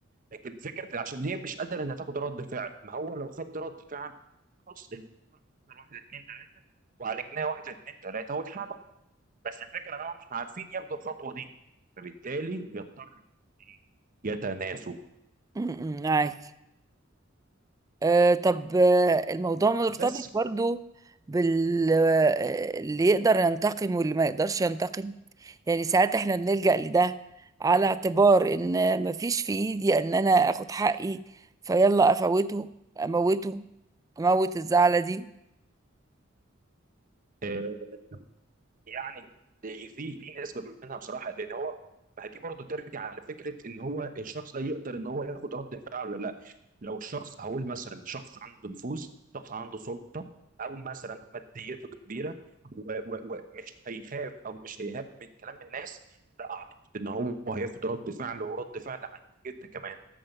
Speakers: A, on the right; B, on the right.
A: لكن فكره عشان هي مش قادره انها تاخد رد فعل ما هو لو خد رد فعل خلاص الموضوع خسر واحد اتنين تلاته وعالجناه واحد اتنين تلاته واتحل بس الفكره ان هم مش عارفين ياخدوا الخطوه دي فبالتالي يضطروا إن إيه؟ يتناسوا
B: أمم، معاك آه طب آه الموضوع مرتبط
A: بس
B: برضو بال آه، اللي يقدر ينتقم واللي ما يقدرش ينتقم يعني ساعات احنا بنلجأ لده على اعتبار ان مفيش في ايدي ان انا اخد حقي فيلا افوته اموته اموت الزعلة دي
A: آه يعني في في نسبه منها بصراحه لان هو ما هي دي برضه ترجع على فكره ان هو الشخص ده يقدر ان هو ياخد رد فعل ولا لو الشخص هقول مثلا شخص عنده نفوذ شخص عنده سلطه او مثلا ماديته كبيره و- و- ومش هيخاف او مش هيهاب من كلام الناس لا اعتقد ان هو هياخد رد فعل ورد فعل عنيف جدا كمان